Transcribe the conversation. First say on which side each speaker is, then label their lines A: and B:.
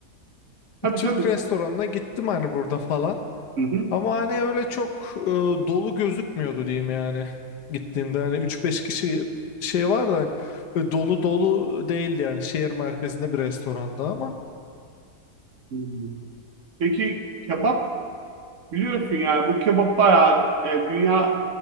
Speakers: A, on the right; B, on the left.
A: Tabii
B: Türk
A: tabii.
B: restoranına gittim hani burada falan.
A: Hı hı.
B: Ama hani öyle çok e, dolu gözükmüyordu diyeyim yani. Gittiğimde hani üç beş kişi şey var da e, dolu dolu değildi yani şehir merkezinde bir restoranda ama
A: Hmm. Peki kebap Biliyorsun yani bu kebap bayağı e, dünya